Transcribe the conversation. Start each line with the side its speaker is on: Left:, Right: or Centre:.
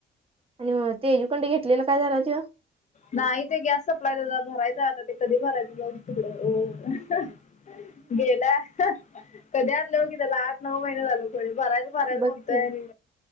Right: आणि तेजूकंडे घेतलेलं काय झाला तिव.
Left: नाही ते गॅस सप्लाय त्या भरायचा आता ते कधी भरायच जाऊ दे तिकड. गेल्या कधी आणले हो की त्याला आठ नऊ महिने झाल पुढ बरायचं, परयल
Right: बघ
Left: कोणत
Right: की
Left: आहे नाही.